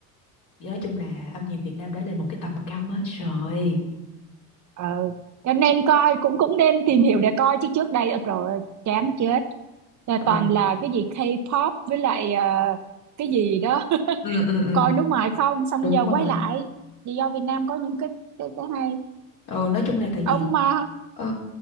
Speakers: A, on the left; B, on the right.
A: nói chung là âm nhạc Việt Nam đã lên một cái tầm cao mới rồi
B: ừ. cho nên coi cũng cũng nên tìm hiểu để coi chứ trước đây rồi chán chết Là
A: ừ.
B: toàn là cái gì K-pop với lại ờ, cái gì đó <laughs>
A: Ừ, ừ, ừ.
B: coi nước ngoài không xong
A: đúng
B: giờ
A: rồi
B: quay lại vì do Việt Nam có những cái cái, cái hay
A: ừ, nói chung là tại
B: ông
A: vì
B: mà
A: ờ,